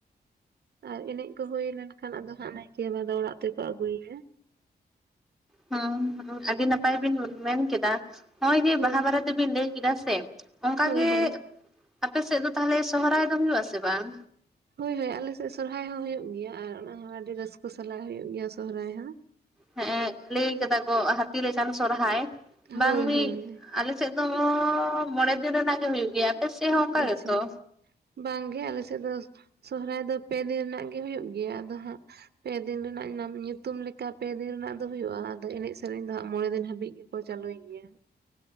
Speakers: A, on the right (about 70°); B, in the centre.
A: ᱟᱨ ᱮᱱᱮᱡ ᱠᱚ ᱦᱩᱭ ᱞᱮᱱᱠᱷᱟᱱ ᱟᱫᱚ ᱦᱟᱸᱜ ᱱᱟᱭᱠᱮ ᱵᱟᱵᱟ ᱫᱚ ᱚᱲᱟᱜ ᱛᱮᱠᱚ ᱟᱹᱜᱩᱭᱮᱭᱟ
B: ᱦᱚᱸ ᱦᱚᱸ ᱟᱹᱰᱤ ᱱᱟᱯᱟᱭ ᱵᱤᱱ ᱢᱮᱱ ᱠᱮᱫᱟ ᱱᱚᱜᱼᱚᱭ ᱡᱮ
A: ᱦᱳᱭ
B: ᱵᱟᱦᱟ ᱵᱟᱨᱮ ᱛᱮᱵᱤᱱ ᱞᱟᱹᱭ ᱠᱮᱫᱟ ᱥᱮ ᱚᱝᱠᱟ
A: ᱦᱳᱭ
B: ᱜᱮ
A: ᱦᱳᱭ
B: ᱟᱯ ᱥᱮᱫ ᱫᱚ ᱛᱟᱦᱚᱞᱮ ᱥᱚᱦᱚᱨᱟᱭ ᱫᱚ ᱦᱩᱭᱩᱜ ᱟᱥᱮ ᱵᱟᱝ?
A: ᱦᱳᱭ ᱦᱳᱭ ᱟᱞᱮ ᱥᱮᱫ ᱥᱚᱨᱦᱟᱭ ᱦᱚᱸ ᱦᱳᱭᱳ ᱜᱮᱭᱟ ᱟᱨ ᱚᱱᱟ ᱦᱚᱸ ᱟᱹᱰᱤᱰᱤ ᱨᱟᱹᱥᱠᱟᱹ ᱥᱟᱞᱟᱜ ᱦᱩᱭᱩᱜᱭ ᱜᱮᱭᱟ ᱥᱦᱟᱭ ᱦᱚᱸ᱾
B: ᱦᱮᱸ ᱞᱟᱹᱭ ᱠᱟᱫᱟ ᱠᱚ ᱦᱟᱹᱛᱤ ᱞᱮᱪᱟᱱ ᱥᱚᱨᱦᱟᱭ ᱵᱟᱝ
A: ᱦᱳᱭ
B: ᱢᱤᱫ
A: ᱦᱳᱭ
B: ᱟᱞᱮ ᱥᱮᱛ ᱫᱚ ᱢᱚᱬᱮ ᱫᱤᱱ ᱨᱮᱱᱟᱜ ᱜᱮ ᱦᱩᱭ ᱜᱮᱭᱟ᱾ ᱟᱯᱮ ᱥᱮᱫ ᱦᱚᱸ ᱚᱱᱠᱟ
A: ᱟᱪᱪᱷᱟ
B: ᱜᱮᱛᱚ
A: ᱵᱟᱝᱜᱮ ᱟᱞᱮ ᱥᱮᱫ ᱫᱚ ᱥᱚᱦᱚᱨᱟᱭ ᱫᱚ ᱯᱮ ᱫᱤᱱ ᱨᱮᱱᱟᱜ ᱜᱮ ᱦᱩᱭᱩᱜ ᱜᱮᱭᱟ ᱟᱫᱚ ᱦᱟᱸᱜ ᱯᱮ ᱫᱤᱱ ᱨᱮᱱᱟᱜ ᱧᱩᱛᱩᱢ ᱞᱮᱠᱟ ᱯᱮ ᱫᱤᱱ ᱨᱮᱱᱟᱜ ᱫᱚ ᱦᱩᱭᱩᱜᱼᱟ ᱟᱫᱚ ᱮᱱᱮᱡ ᱥᱮᱨᱮᱧ ᱫᱚ ᱦᱟᱸᱜ ᱢᱚᱬᱮ ᱫᱤᱱ ᱦᱟᱹᱵᱤᱡ ᱜᱮ ᱠᱚ ᱪᱟᱹᱞᱩᱭ ᱜᱮᱭᱟ